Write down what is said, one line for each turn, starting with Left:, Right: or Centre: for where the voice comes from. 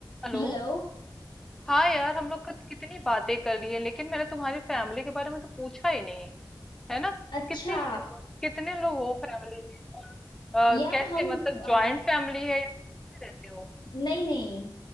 Centre: हेलो
Left: Hello
Centre: हाँ यार हम लोग कत- कितनी बातें कर ली है लेकिन मैंने तुम्हारी फैमिली के बारे में तो पूछा ही नहीं है ना
Left: अच्छा
Centre: कितने लोग हो कितने लोग हो फैमिली में और अ,
Left: यार
Centre: कैसे
Left: हम
Centre: मतलब
Left: अ,
Centre: जॉइंट फैमिली है या फिर कैसे रहते हो
Left: नहीं नहीं